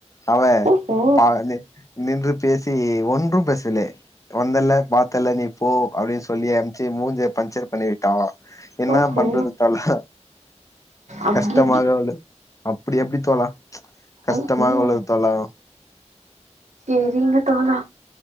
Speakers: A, on the left (about 25°); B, on the right (about 75°).
A: அவ
B: ஓஹோ
A: பா நி நின்று பேஸ் சி ஒன்றும் பேசலே வந்தல்ல பாத்தல்ல நீ போ அப்டின் சொல்லி அன் ச்சு மூஞ்ச பஞ்சர் பண்ணிவிட்டா என்ன
B: ஓஹோ
A: பண்றது தோழா
B: அப்டி
A: கஷ்டமா
B: அப்டி
A: இருக்கு அவளுக்கு அப்டி எப்டி தோழா கஷ்டமாக
B: ம்ஹும்
A: உள்ளது தோழா
B: செரிங்க தோழா